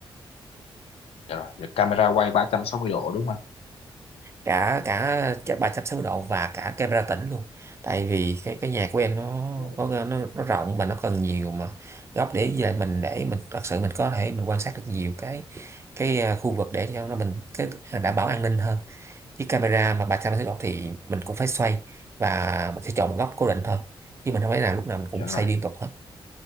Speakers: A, on the left; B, on the right.
A: Dạ rồi, dạ, camera quay 360 độ đúng không anh?
B: cả cả ch- 360 độ và cả camera tĩnh luôn tại vì cái cái nhà của em nó
A: Dạ rồi.
B: có nó, nó rộng mà nó cần nhiều mà góc để với lại mình để mình thật sự mình có thể mình quan sát được nhiều cái cái à, khu vực để cho nó mình cái ờ, đảm bảo an ninh hơn chứ camera mà 360 độ thì mình cũng phải xoay và mình sẽ chọn một góc cố định thôi chứ mình không phải là lúc nào mình cũng
A: Dạ rồi,
B: xoay liên tục hết